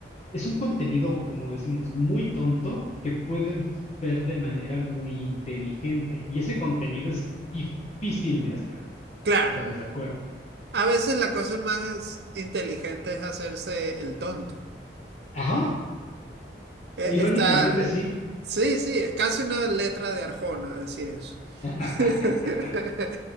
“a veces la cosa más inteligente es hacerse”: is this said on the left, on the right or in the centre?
Right